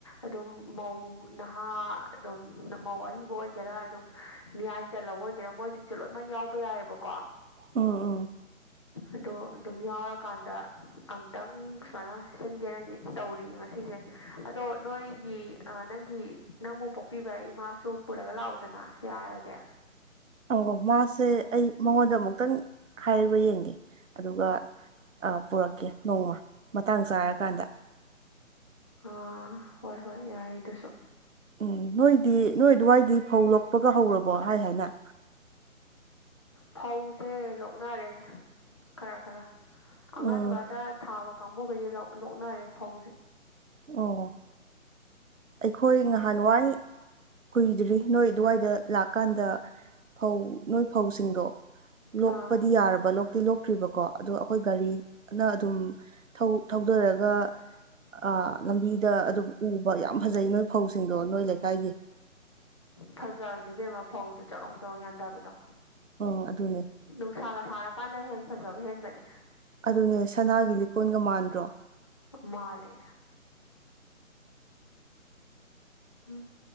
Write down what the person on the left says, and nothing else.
ꯑꯗꯨꯃꯧ ꯅꯍꯥ ꯑꯗꯨꯝ ꯃꯧ ꯑꯔꯤꯕ ꯑꯣꯏꯒꯦꯔꯥ ꯑꯗꯨꯝ ꯃꯤꯌꯥꯏ ꯆꯜꯂꯕ ꯑꯣꯏꯒꯦꯔꯥ ꯃꯣꯏꯁꯤꯡꯁꯨ ꯂꯣꯏꯅꯃꯛ ꯌꯥꯎꯕ ꯌꯥꯏꯌꯦꯕꯀꯣ
ꯑꯗꯣ ꯑꯗꯨꯝ ꯌꯥꯎꯔ ꯀꯥꯟꯗ ꯑꯨꯛꯇꯪ ꯁꯨꯃꯥꯏꯅ ꯍꯥꯆꯤꯟꯒꯦꯅꯗꯤ ꯇꯧꯔꯤꯌꯦ ꯉꯁꯤꯁꯦ ꯑꯗꯣ ꯅꯣꯏꯒꯤ ꯅꯪꯒꯤ ꯅꯪꯕꯨ ꯄꯣꯛꯄꯤꯕ ꯏꯃꯥꯁꯨ ꯄꯨꯔꯒ ꯂꯥꯛꯎꯗꯅ ꯌꯥꯔꯗꯤ
ꯑꯥ ꯍꯣꯏ ꯍꯣꯏ ꯌꯥꯏ ꯑꯗꯨꯁꯨ
ꯐꯧꯁꯦ ꯂꯣꯛꯅꯔꯦ ꯈꯔ ꯈꯔ ꯑꯉꯟꯕꯗ
ꯊꯥꯕ ꯀꯥꯡꯕꯨꯈꯩꯗꯤ ꯂꯣꯛꯅꯔꯦ ꯐꯧꯁꯦ
ꯑꯥ
ꯐꯖꯕꯅꯦ ꯕꯦꯝꯃ ꯐꯧꯗꯣ ꯆꯔꯣꯡ ꯆꯔꯣꯡ ꯌꯥꯟꯊꯕꯗꯣ
ꯅꯨꯡꯁꯥꯒ ꯁꯥꯔ ꯀꯥꯟꯗ ꯍꯦꯟꯅ ꯐꯖꯕ ꯍꯦꯟꯕꯅꯦ
ꯃꯥꯜꯂꯦ ꯎ